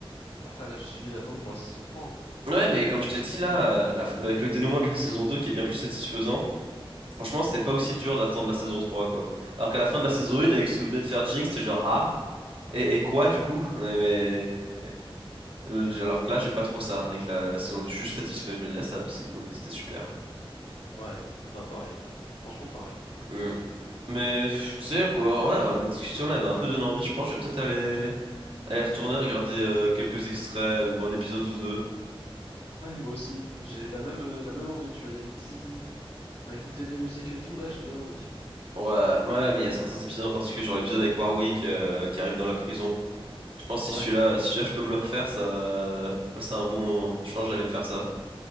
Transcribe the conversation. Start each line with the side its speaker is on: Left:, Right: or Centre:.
Left: Après, là, tu subis l'attente pour la saison trois. hein.
Right: ouais, mais comme je te dis là, euh, la- avec le dénouement de la saison 2 qui est bien plus satisfaisant, franchement, c'est pas aussi dur d'attendre la saison 3 quoi. Alors qu'à la fin de
Left: Ouais,
Right: la saison 1, avec ce que vous venez de faire Jinx, c'était genre, ah, et, et quoi du coup? Ouais, mais. L- Alors que là, j'ai pas trop ça avec la, la saison 2. Je suis juste satisfait. Je me dis, ah, ça, c'est cool, c'était super.
Left: ouais, bah pareil. Franchement, pareil.
Right: Mm. Mais pff, tu sais, quoi, ouais, euh, notre discussion là, elle m'a un peu donné envie. Je pense que je vais peut-être aller, aller retourner regarder euh, quelques extraits ou un épisode ou deux.
Left: Ouais, moi aussi. J'ai la même, euh, la même envie, tu vois, il y a des petits, réécouter des musiques et tout, là, j'ai bien envie.
Right: Ouais, ouais, mais il y a certains épisodes en particulier, genre l'épisode avec Warwick euh, qui arrive dans la prison. Je pense que
Left: Ouais,
Right: si celui-là, si celui-là, je peux me le refaire, ça passe un bon moment. Je pense que j'allais me faire ça.